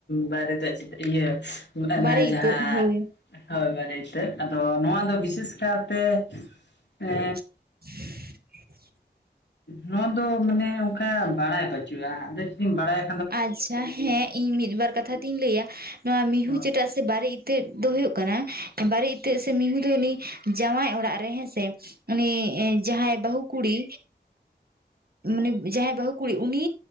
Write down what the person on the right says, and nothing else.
ᱵᱟᱨᱮ
ᱤᱛᱟᱹᱫ ᱦᱳᱭ
ᱻ <inaudible>
ᱟᱪᱪᱷᱟ ᱦᱮᱸ ᱤᱧ ᱢᱤᱫ ᱵᱟᱨ ᱠᱟᱛᱷᱟ ᱛᱤᱧ ᱞᱟᱹᱭᱟ ᱱᱚᱣᱟ ᱢᱤᱦᱩ
ᱪᱮᱴᱟᱜ ᱥᱮ ᱵᱟᱨᱮ ᱤᱛᱟᱹ ᱫᱚ ᱦᱩᱭᱩᱜ ᱠᱟᱱᱟ ᱵᱟᱨᱮ ᱤᱛᱟᱹᱜ ᱥᱮ ᱢᱤᱦᱩ ᱫᱚ ᱩᱱᱤ ᱡᱟᱶᱟᱭ ᱚᱲᱟᱜ ᱨᱮ ᱦᱮᱸᱥᱮ ᱩᱱᱤ ᱡᱟᱦᱟᱸᱭ ᱵᱟᱹᱦᱩ ᱠᱩᱲᱤ ᱢᱟᱱᱮ ᱡᱟᱦᱟᱸᱭ ᱵᱟᱹᱦᱩ ᱠᱩᱲᱤ ᱩᱱᱤ